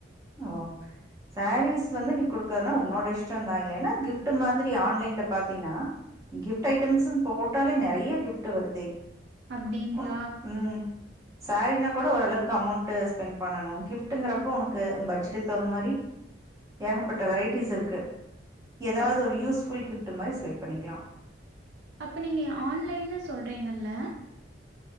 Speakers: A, on the right (about 20°); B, on the right (about 60°).
A: ஓ சேரீஸ் வந்து நீ குடுக்கறதுனா உன்னோட இஷ்டந்தா இல்லைனா கிஃப்ட் மாதிரி ஆன்லைன்ல பாத்தீனா கிஃப்ட் ஐட்டம்ஸ்ஸு போட்டாலே நெறைய கிஃப்ட் வருதே
B: அப்டிங்களா?
A: உன் ம் சேரீனா கூட ஒரளவுக்கு அமௌண்ட்டு ஸ்பெண் பண்ணணு கிஃப்ட்டுங்றப்ப உனக்கு பட்ஜெட்டுக் தவுந்த மாரி ஏகப்பட்ட வெரைட்டிஸ் இருக்கு எதாவது
B: அப்
A: ஒரு யூஸ்ஃபுல் கிஃப் ட்டு மாரி செலக் பண்ணிக்லா
B: அப்ப நீங்க ஆன்லைன்னு சொல்றீங்கள்ல